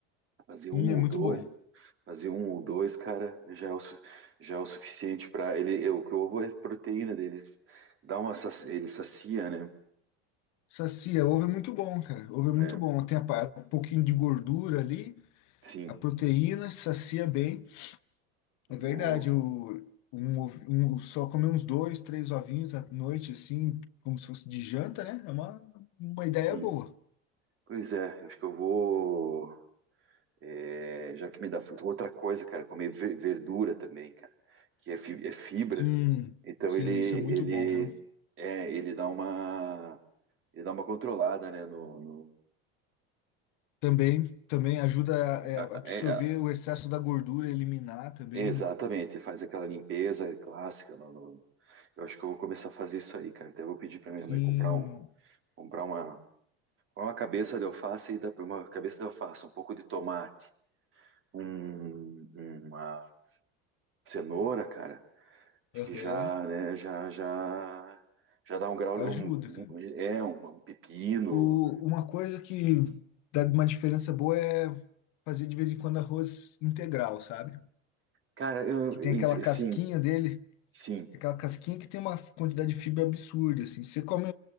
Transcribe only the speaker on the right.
Fazer um
ou
dois,
fazer um ou dois, cara, já é o, su- já é o suficiente para ele, é, o que o ovo é a proteína dele, dá uma, saci- ele sacia, né?
É,
sim,
o,
sim.
Pois é, acho que eu vou É, já que me dá fruta. Outra coisa, cara, comer ver- verdura também, cara, que é fi- é fibra.
Então
ele ele
é, ele dá uma ele dá uma controlada, né? No, no-
a-
é, a-
é, exatamente,
ele faz aquela limpeza clássica. no- no- eu acho que eu vou começar a fazer isso aí, cara. Até vou pedir para minha
mãe comprar um comprar uma uma cabeça de alface e dá uma cabeça de alface, um pouco de tomate, um, uma cenoura, cara. Acho
que já, né, já, já, já dá um grau,
um, um-
é, um, um pepino.
Cara, eu,
eu-
sim,
sim,